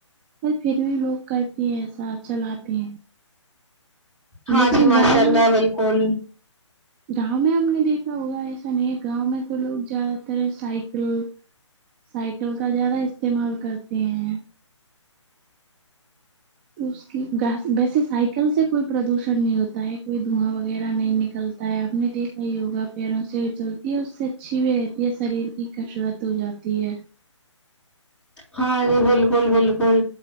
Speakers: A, on the right; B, in the centre.
A: اور پھر بھی لوگ کرتے ہیں ایسا چلاتے ہیں
B: ہاں
A: لیکن
B: جی ماشاء
A: گاؤں
B: اللہ
A: میں
B: بالکل
A: گاؤں میں ہم نے دیکھا ہوگا ایسا نہیں ہے گاؤں میں تو لوگ زیادہ تر سائیکل سائیکل کا زیادہ استعمال کرتے ہیں تو اس کی ویسے سائیکل سے کوئی پردوشن نہیں ہوتا ہے کوئی دھواں وغیرہ نہیں نکل آپ نے دیکھا یوگا پیروں سے چلتی ہے اس سے اچھی بھی رہتی ہے شریر کا کسرت ہو جاتی ہے
B: ہاں جی بالکل بالکل